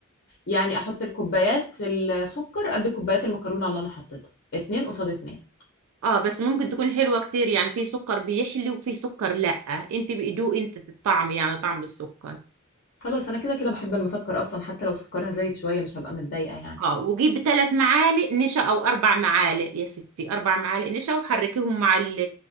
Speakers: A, on the left (about 50°); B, on the right (about 75°).
A: يعني احط الكوبايات السكر قد كوبايات المكرونه اللي انا حطيتها اتنين قصاد اتنين
B: اه بس ممكن تكون حلوة كتير يعني في سكر بيحلي وفي سكر لأ انت بيدوق انت الطعم يعني طعم بالسكر
A: خلاص انا كده كده بحب المسكر اصلا حتى لو سكرها زايد شويه مش هبقى متضايقه يعني
B: اه وجيب ثلاث معالق نشا او اربع معالق يا ستي اربع معالق نشا وحركيهم مع ال-